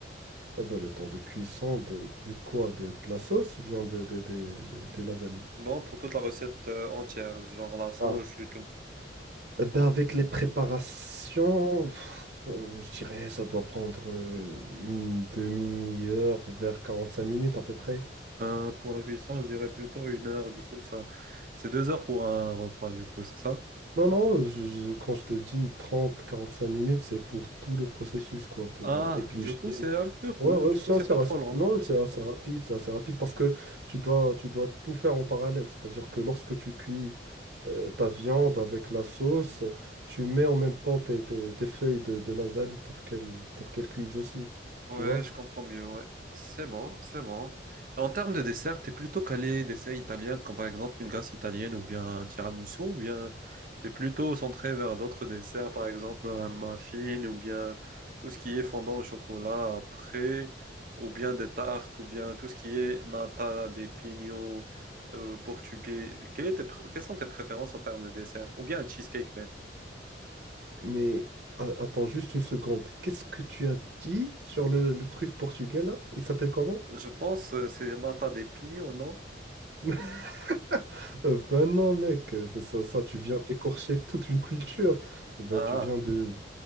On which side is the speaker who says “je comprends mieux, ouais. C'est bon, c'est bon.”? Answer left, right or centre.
Right